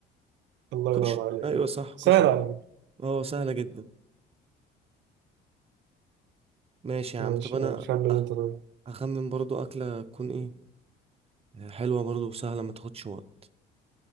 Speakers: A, on the right; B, on the right.
A: الله ينور
B: كشري
A: عليك
B: ايوه صح
A: سهل
B: كشري
A: على فكرة
B: اه سهلة جدا ماشي يا
A: ماشي
B: عم طب انا
A: خمن
B: أخ-
A: أنت طيب
B: هخمن برضو اكلة تكون ايه حلوة برضو وسهلة ما تاخدش وقت